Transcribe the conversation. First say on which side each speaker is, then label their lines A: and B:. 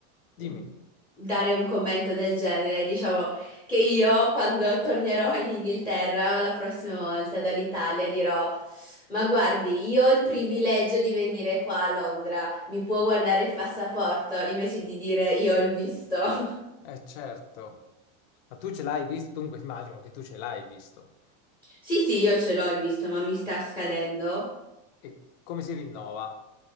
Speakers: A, in the centre; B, on the left.
A: mh,
B: dimmi,
A: dare un commento del genere, diciamo che io quando tornerò in Inghilterra la prossima volta dall'Italia dirò, ma guardi, io ho il privilegio di venire qua a Londra, mi può guardare il passaporto invece di dire io ho il visto. <laughs>
B: eh certo, ma tu ce l'hai visto? Dunque immagino che tu ce l'hai visto.
A: Sì, sì, io ce l'ho il visto, ma mi sta scadendo.
B: E come si rinnova?